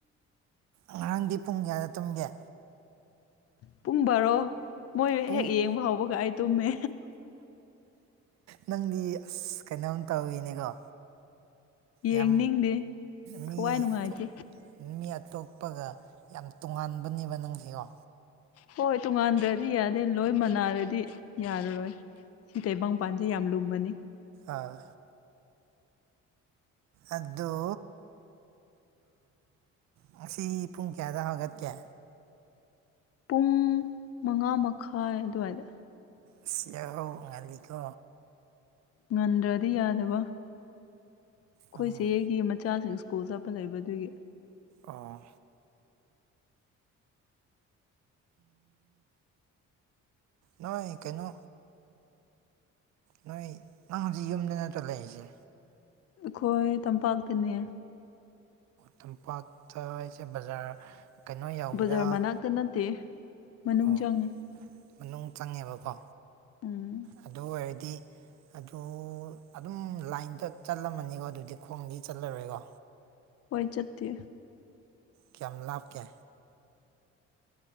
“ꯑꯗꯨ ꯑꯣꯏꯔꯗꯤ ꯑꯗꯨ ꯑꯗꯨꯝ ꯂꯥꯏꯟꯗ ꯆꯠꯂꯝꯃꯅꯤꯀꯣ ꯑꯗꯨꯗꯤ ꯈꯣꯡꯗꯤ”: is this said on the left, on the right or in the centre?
Right